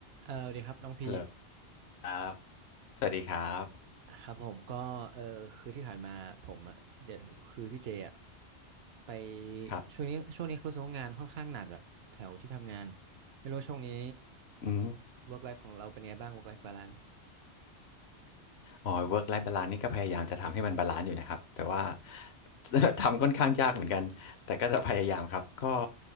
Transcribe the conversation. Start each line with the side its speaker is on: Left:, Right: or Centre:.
Right: เออสวัสดีครับน้องพี
Left: ฮัลโหลครับสวัสดีครับ
Right: ครับผมก็เออคือที่ผ่านมาผมอ่ะเดี๋ยวคือพี่เจอ่ะไป
Left: ครับ
Right: ช่วงนี้ช่วงนี้รู้สึกว่างานค่อนข้างหนักอ่ะแถวที่ทำงานไม่รู้ว่าช่วงนี้
Left: อืม
Right: work life ของเราเป็นไงบ้าง work life balance
Left: อ๋อ work life balance นี่ก็พยายามจะทำให้มันบาลานซ์อยู่นะครับ แต่ว่า <laughs> ทำค่อนข้างยากเหมือนกัน แต่ก็จะพยายามครับ ก็